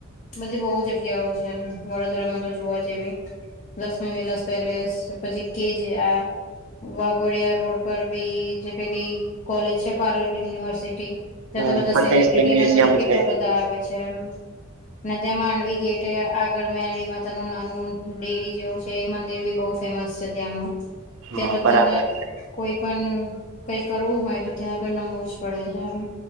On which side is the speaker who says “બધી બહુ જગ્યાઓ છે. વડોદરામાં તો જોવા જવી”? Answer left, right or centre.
Left